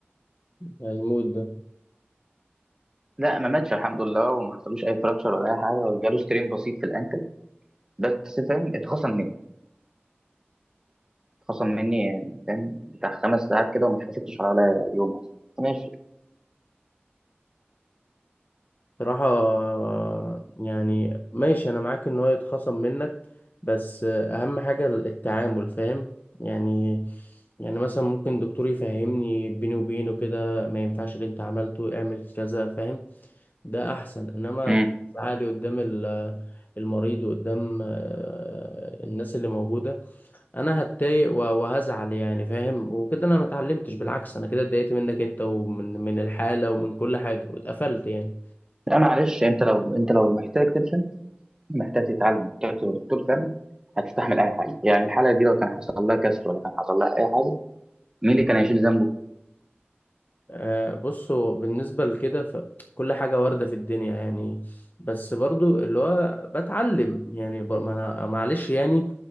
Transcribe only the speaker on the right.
لا ما ماتش الحمد لله وما حصلوش اي فراكشر ولا اي حاجه وجاله سترين بسيط في الانكل بس فاهم اتخصم مني اتخصم مني يعني فاهم بتاع خمس ساعات كده وما اتحاسبتش على ولا يوم أصلاً. ماشي
مم.
لا معلش انت لو انت لو محتاج تلحق محتاج تتعلم محتاج تبقى دكتور فعلا هتستحمل اي حاجه يعني الحلقه دي لو كان حصل لها كسر ولا كان حصل لها اي حاجه مين اللي كان هيشيل ذنبه؟